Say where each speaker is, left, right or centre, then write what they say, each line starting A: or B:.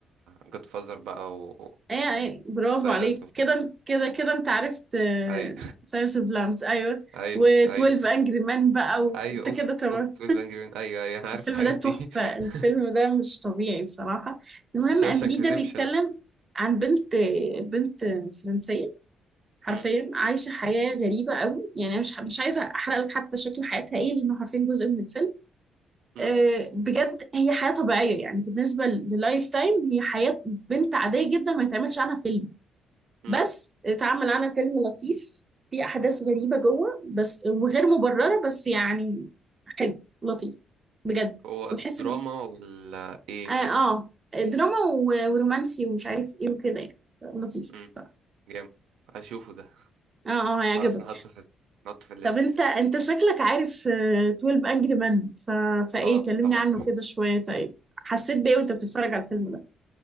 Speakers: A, on the right; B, on the right.
A: جود فازر بقى و
B: ايه ايه برافو
A: سايلنس
B: عليك
A: اوف
B: كده كده كده انت عرفت
A: اي
B: ساينس اوف لامبس ايوه
A: <laughs> اي
B: و12
A: اي
B: انجري مان بقى
A: اي
B: وانت
A: <laughs> اوف
B: كده تمام
A: اوف 12 انجري مان ايوه ايوه انا عارف
B: الفيلم
A: الحاجات
B: ده تحفة
A: دي <laughs>
B: الفيلم ده مش طبيعي بصراحة المهم
A: وشاوشانك
B: أميلي ده
A: ريديمشن
B: بيتكلم عن بنت بنت فرنسية حرفيا
A: امم
B: عايشة حياة غريبة قوي يعني أنا مش مش عايزة أحرق لك حتى شكل حياتها إيه لأنه حرفيا جزء من الفيلم
A: امم
B: أه بجد هي حياة طبيعية يعني بالنسبة للايف تايم هي حياة بنت عادية جدا ما يتعملش عنها فيلم
A: امم
B: بس اتعمل عنها فيلم لطيف في أحداث غريبة جوه بس وغير مبررة بس يعني حلو لطيف بجد
A: هو
B: وتحس
A: الدراما
B: ان
A: ولا ايه ن-
B: اه آه، دراما و- ورومانسي ومش عارف ايه وكده يعني لطيف
A: مم.
B: بصراحة.
A: جامد هشوفه ده
B: اه اه هيعجبك
A: خلاص نحطه في نحطه في الليست
B: طب انت انت شكلك عارف آه، 12 انجري مان ف... فايه
A: اه
B: كلمني
A: طبعا
B: عنه كده شوية طيب حسيت بايه وانت بتتفرج على الفيلم ده